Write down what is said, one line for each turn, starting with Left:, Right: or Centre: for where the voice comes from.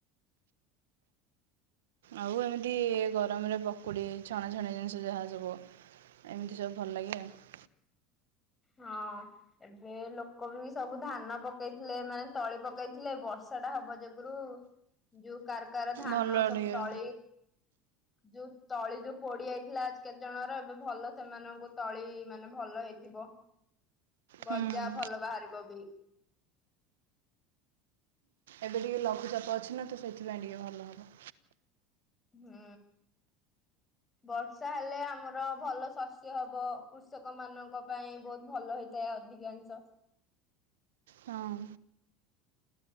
Right: ଆଉ ଏମିତି ଗରମରେ ପକୁଡ଼ି ଛଣା ଛଣି ଜିନିଷ ଯାହା ସବୁ ଏମିତି ସବୁ ଭଲ ଲାଗେ ଆଉ।
Left: ହଁ ଏବେ ଲୋକ ବି ସବୁ ଧାନ ପକେଇଥିଲେ ମାନେ ତଳି ପକେଇଥିଲେ ବର୍ଷା ବର୍ଷାଟା ହବ ଯୋଗୁରୁ ଯୋଉ କାର କାର ଧାନ
Right: ଭଲ
Left: ସବୁ
Right: ଟିକେ
Left: ତଳି ଯୋଉ ତଳି ଯୋଉ ପୋଡ଼ି ଯାଇଥିଲା ଆ କେତେ ଜଣର ଏବେ ଭଲ ସେମାନଙ୍କୁ ତଳି ମାନେ ଭଲ ହେଇଥିବ। ଗଜା
Right: ହୁଁ
Left: ଭଲ ବାହାରିବ ବି।
Right: ଏବେ ଟିକେ ଲଘୁଚାପ ଅଛି ନା ତ ସେଇଥିପାଇଁ ଟିକେ ଭଲ ହେବ।
Left: ହୁଁ। ବର୍ଷା ହେଲେ ଆମର ଭଲ ଶସ୍ୟ ହବ କୃଷକ ମାନଙ୍କ ପାଇଁ ବହୁତ ଭଲ ହେ ଅଧିକାଂଶ।
Right: ହଁ।